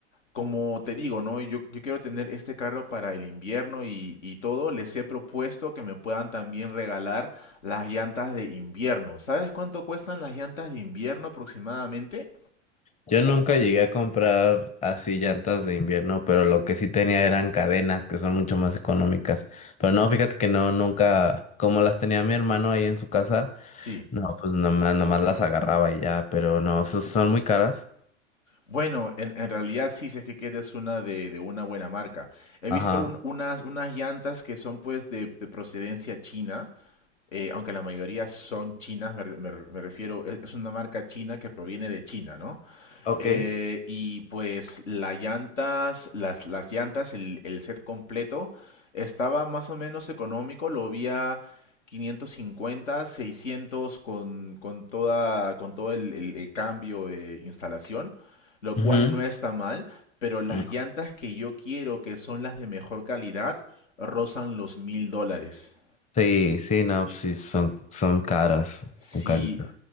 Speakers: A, on the left; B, on the left.
A: como te digo, ¿no? Yo, yo quiero tener este carro para el invierno y, y todo, les he propuesto que me puedan también regalar las llantas de invierno. ¿Sabes cuánto cuestan las llantas de invierno aproximadamente?
B: yo nunca llegué a comprar así llantas de invierno, pero lo que sí tenía eran cadenas que son mucho más económicas. Pero no, fíjate que no, nunca, como las tenía mi hermano ahí en su casa,
A: Sí.
B: no, pues nomás, nomás las agarraba y ya, pero no, esos son muy caras.
A: Bueno, en, en realidad sí, si es que quieres una de, de una buena marca. He
B: Ajá.
A: visto un- unas, unas llantas que son pues de, de procedencia china, eh, aunque la mayoría son chinas, me, re- me re- me refiero, es, es una marca china que proviene de China, ¿no?
B: Ok.
A: Eh, y pues las llantas, las, las llantas, el, el set completo estaba más o menos económico, lo vi a 550, 600 con, con toda, con todo el, el- el cambio de instalación, lo
B: Ujú.
A: cual no está mal, pero las
B: Mm.
A: llantas que yo quiero, que son las de mejor calidad, rozan los mil dólares.
B: Sí, sí, no, pues sí, son, son caras,
A: Sí,
B: son caritas.